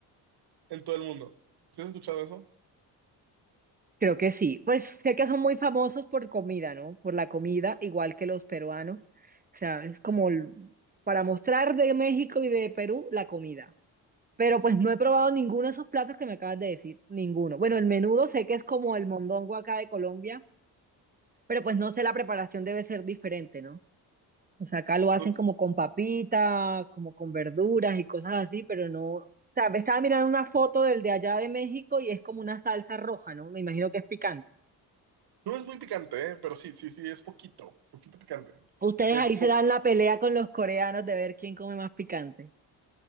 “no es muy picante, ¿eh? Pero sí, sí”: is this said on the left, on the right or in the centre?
Right